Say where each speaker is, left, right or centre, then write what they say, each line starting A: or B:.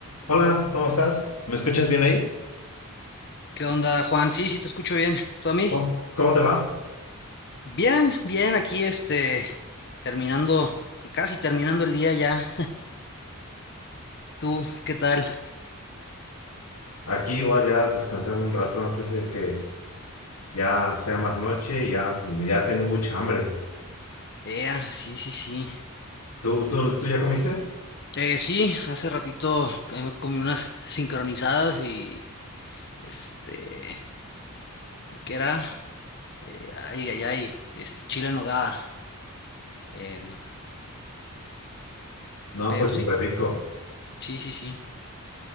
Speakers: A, on the left; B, on the left.
A: Hola, ¿cómo estás? ¿Me escuchas bien ahí?
B: ¿Qué onda, Juan? Sí, sí, te escucho bien. ¿Tú a mí?
A: ¿Cómo cómo te va?
B: Bien, bien, aquí este, terminando, casi terminando el día ya. ¿Tú qué tal?
A: Aquí igual ya descansando un rato antes de que ya sea más noche y ya, ya tengo mucha hambre.
B: Ea, sí, sí, sí.
A: ¿Tú, tú, tú ya comiste?
B: Eh, sí, hace ratito que me comí unas sincronizadas y este, ¿y ¿qué era? Eh, ay, ay, ay, este, chile en nogada. Em,
A: No,
B: pero
A: pues súper
B: sí,
A: rico.
B: sí, sí, sí.